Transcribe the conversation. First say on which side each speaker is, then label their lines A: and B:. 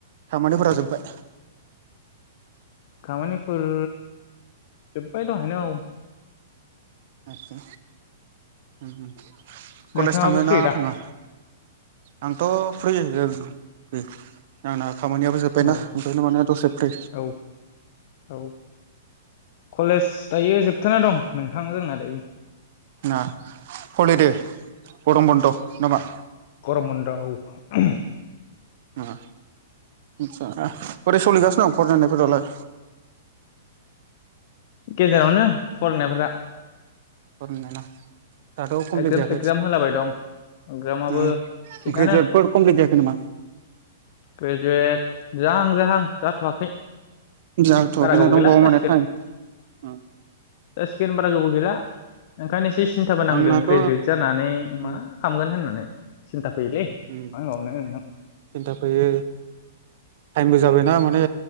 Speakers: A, on the right; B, on the left.
A: खामानिफोरा जोबबाय?
B: खामानिफोर जोबबाय दहायनो औ।
A: आतसा उम-उम
B: नोंथाङाबो
A: कलेज थांङो
B: फ्रि
A: ना
B: दा
A: थांङा? आंथ' फ्रि जोर फ्रि आंना खामानियाबो जोबबायना
B: औ
A: ओंखायनो माने दसे फ्रि।
B: औ औ कलेज दायो जोबथना दं नोंथां जोंना दायो ।
A: ना हलिदे गरम बन्द' नामा?
B: गरम बन्द' औ <unintelligible>
A: ना आचसा बोरै सलिगासिनो दं फरायनायफोरालाय?
B: गेजेरावनो फरायनायफोरा।
A: फोर नुनायना दाथ' कमप्लिट
B: एगजाम
A: जायाखै
B: सेगजाम होलाबाय दं एगजामाबो
A: ओ
B: थिगानो
A: ग्रेजुवेटफोर कमप्लिट जायाखै नामा?
B: ग्रेजुवेट जाहां जाहां जाथ'वाखै।
A: जाथ'वाखैना
B: बारा गोबाव
A: दंबावो
B: गैला जासिगोन
A: माने टाइम आ
B: जासिगोन बारा गोबाव गैला ओंखायनो ए से सिन्थाबो नांदों।
A: आंनाथ'
B: ग्रेजुवेट जानानै
A: उम
B: मा खामगोन होननानै। सिन्था फैयोलै
A: उम
B: मा होनबावनो
A: सिन्था
B: नोंथां
A: फैयो। टाइमबो जाबायना माने